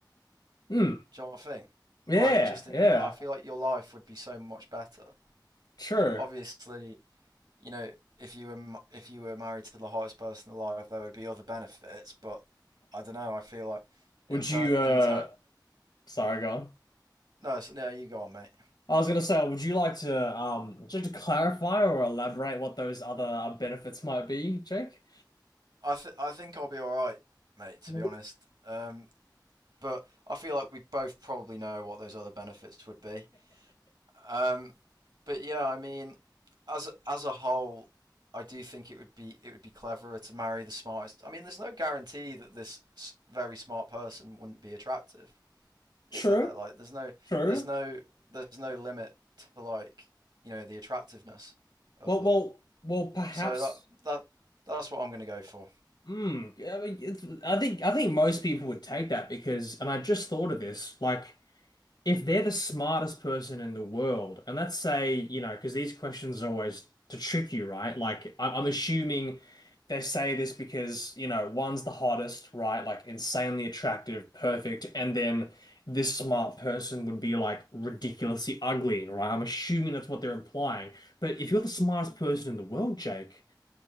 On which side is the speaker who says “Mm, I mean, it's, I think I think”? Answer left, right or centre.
Left